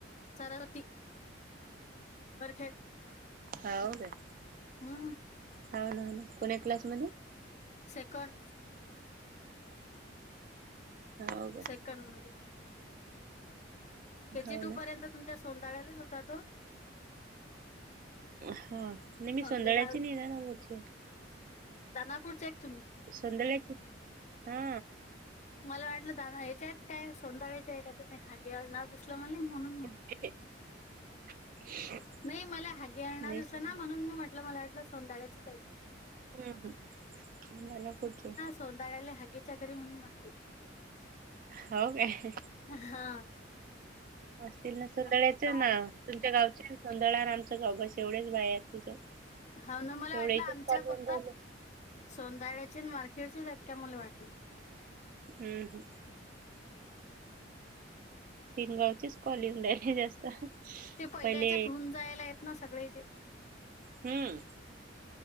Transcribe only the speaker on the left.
तरर <unintelligible>
ह
सेकंन
<unintelligible> के जी
टू
पर्यंत तुमच्या सोता्याळ्यालाच होता तो
अंबिका
दानापूरचे का तुम्ही
मला वाटलं दा या्याच्या आहेत काय सोंदाळ्याचे आहे का तुम्ही हागेवर नाव दिसलं मला नाही म्हणून
नाही मला हागी आणणार
दिस
ना म्हणून मी म्हटलं मला वाटलं सोनताळ्याचेच ऐक
सौंधळ्याला हागेच्याकरी म्हणून म्हटलं
हा
म्हटलं
मला
हाव ना मला वाटलं
आमच्या
फक्त
सोंदाळ्याची वारखेडचेत आहेत मला वाटलं
पहिल्याच्यात
होऊन जायला आहेत ना सगळे जे